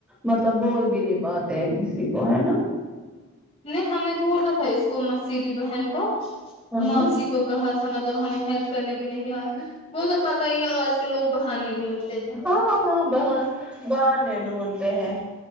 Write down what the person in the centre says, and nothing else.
مطلب بول بھی نہیں پاتے ہیں کسی کو ہے نا
ہاں
ہاں ہاں باہر بہانے ڈھونڈتے ہیں